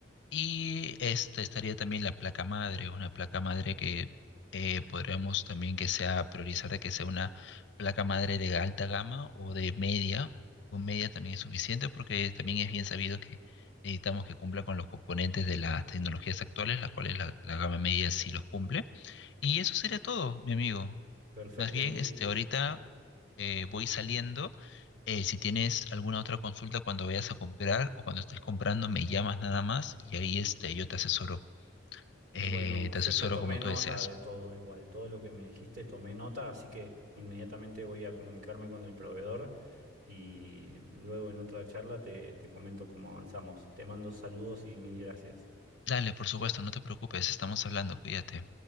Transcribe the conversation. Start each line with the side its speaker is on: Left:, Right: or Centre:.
Left: y esta estaría también la placa madre, una placa madre que eh, podríamos también que sea priorizar de que sea una placa madre de alta gama o de media, o media también es suficiente porque también es bien sabido que necesitamos que cumpla con los componentes de las tecnologías actuales, las cuales la, la gama media sí los cumple. Y eso sería todo, mi amigo.
Right: Perfecto.
Left: Más bien,
Right: Y
Left: este, ahorita eh, voy saliendo. Eh, si tienes alguna otra consulta cuando vayas a comprar o cuando estés comprando, me llamas nada más y ahí este, yo te asesoro.
Right: bueno,
Left: Eh,
Right: yo
Left: te asesoro
Right: ya tomé
Left: como
Right: nota
Left: tú deseas.
Right: de todo igual, todo lo que me dijiste, tomé nota, así que inmediatamente voy a comunicarme con el proveedor y luego en otra charla te, te comento cómo avanzamos. Te mando saludos y mil gracias.
Left: Dale, por supuesto, no te preocupes, estamos hablando, cuídate.